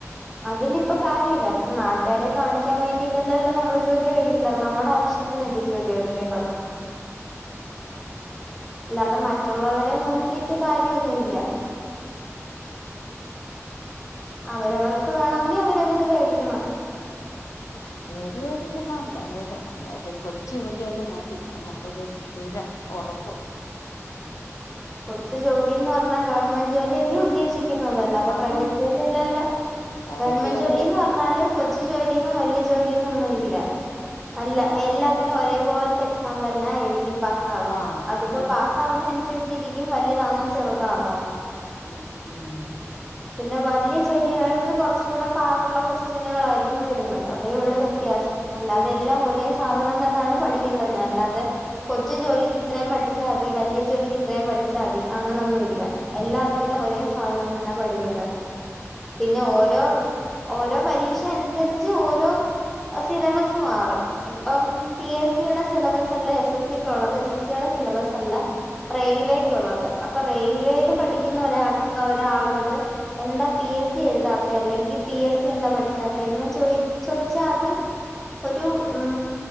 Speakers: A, in the centre; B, on the left.
A: അതിലിപ്പ കാര്യവില്ല ഇപ്പ നാട്ടുകാരെ കാണിക്കാൻ വേണ്ടിട്ടല്ലല്ലോ നമ്മള് ജോലി വേടിക്ക്‌ണത് നമ്മുടെ ആവശ്യ ശ്യത്തിനല്ലെ ജോലി വേടിക്കേണ്ട്ന്ന്
B: അയ്ന്നെ
A: അല്ലാതെ മറ്റുള്ളവരെ നോക്കിയിട്ട് കാര്യവൊന്നുവില്ല അവരവർക്ക്
B: എന്തായാലും
A: വേണോങ്കി അവരവര് വേടിക്കണം
B: ഉ ഒരുപാട് കണം ണ്ടാവേല എന്തായാലും ഒരു കൊച്ചു ജോലി ആയാലും മതി നമ്മുക്കൊരുസ് സ്ഥിരം ഒറപ്പ്
A: <inaudible> കൊച്ചു ജോലിന്നർഞ്ഞാ ഗവൺമെന്റ് ജോലില്ലെ ഉദ്ദേശിക്കുന്നത് അതല്ലാതെ
B: കാരണം
A: പ്രൈവറ്റ് ജോലിയല്ലല്ലോ
B: പ്രൈവറ്റ്
A: ഗവൺമെന്റ്
B: ജോലിയൊന്നും
A: ജോലിന്ന് പറഞ്ഞാല് കൊച്ചു ജോലിന്നും വല്യ ജോലിന്നൊന്നും ഇല്ല അല്ല
B: ആ
A: എല്ലാ തിന് ഒരേ പോൽത്തെ എക്സാം തന്നെ എഴുതി പാസ് ആവുന്നെ
B: ആഹ്
A: അതിപ്പോ പാസ് ആവുന്ന അനുസരി ച്ചിരിക്കും വലുതാണോ ചെറുതാണോന്ന്
B: ഉം <unintelligible>
A: <inaudible> പിന്നെ വല്യെ ജോലികൾക്ക് കൊറച്ചൂടെ പാട്ള്ള ക്വൊസ്റ്റ്യനുകളായിരിക്കും വരുന്നത് അതേ ഒള്ളു വ്യത്യാസം അല്ലാതെ എല്ലാം ഒരേ സാധനം തന്നാണ് പഠിക്കേണ്ടന്ന് അല്ലാതെ കൊച്ചു ജോലിക്ക് ഇത്രേം പഠിച്ചാതി വല്യെജോലിക്ക് ഇത്രേം പഠിച്ചാതി അങ്ങനൊന്നു ഇല്ല എല്ലാത്തിനും ഒരേ സാധനം തന്നാ പഠിക്കേണ്ടന്ന് പിന്നെ ഓരോ വ് ഓരോ പരീക്ഷ അനുസരിച്ച് ഓരോ അഹ് സിലബസ് മാറും ഇപ്പം പി എസ് സിടെ സിലബസ് അല്ലെ എസ് എസ് സി ക്കൊള്ളത് എസ് എസ് സിയുടെ സിലബസ് അല്ല റെയിൽവേയ്ക്കുള്ളത് അപ്പൊ റെയിൽവേല് പഠിക്കുന്ന ഒരാൾക്ക്‌ ഒരാളോട് എന്താ പി എസ് സി എഴുതാത്തെ അല്ലെങ്കിൽ പി എസ് സി എന്താ പഠിക്കാത്തേന്ന് ചോയി ചോയിച്ചാ അത് ഒരു ഉം